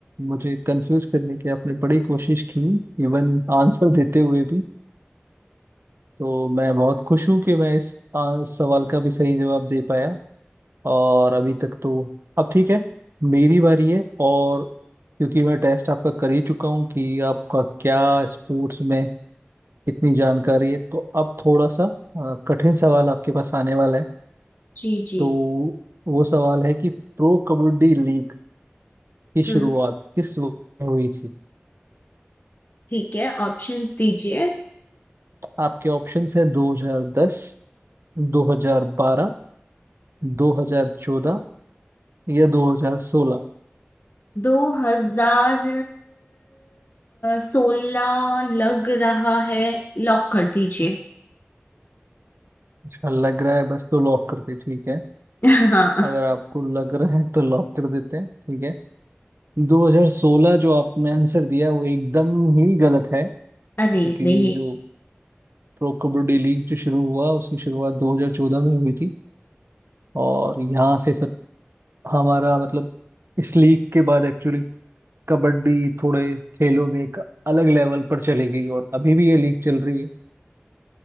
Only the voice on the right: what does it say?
मुझे कंफ्यूज करने की आपने बड़ी कोशिश की इवन आंसर देते हुए भी तो मैं बहुत खुश हूँ कि मैं इस आ, सवाल का भी सही जवाब दे पाया और अभी तक तो अब ठीक है मेरी बारी है और क्योंकि मैं टेस्ट आपका कर ही चुका हूँ कि आपका क्या स्पोर्ट्स में इतनी जानकारी है तो अब थोड़ा सा आ, कठिन सवाल आपके पास आने वाला है
तो वो सवाल है कि प्रो कबड्डी लीग की शुरुआत
किस वर्ष में हुई थी
आपके ऑप्शंस है 2010 2012 2014 या 2016
अच्छा लग रहा है बस तो लॉक कर दे ठीक है
अगर आपको लग रहा है तो लॉक कर देते हैं ठीक है 2016 जो आपने आंसर दिया वो एकदम ही गलत है
क्योंकि
जो प्रो कबड्डी लीग जो शुरू हुआ उसकी शुरुआत 2014 में हुई थी और यहाँ से फिर हमारा मतलब इस लीग के बाद एक्चुअली कबड्डी थोड़े खेलों में एक अलग लेवल पर चली गई और अभी भी ये लीग चल रही है